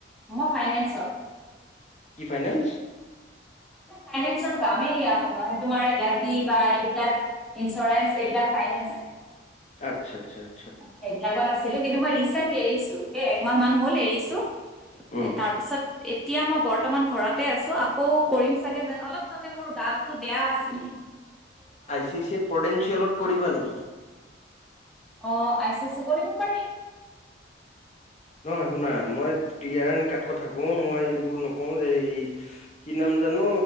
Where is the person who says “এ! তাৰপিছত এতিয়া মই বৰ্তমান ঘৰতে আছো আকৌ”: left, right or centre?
Centre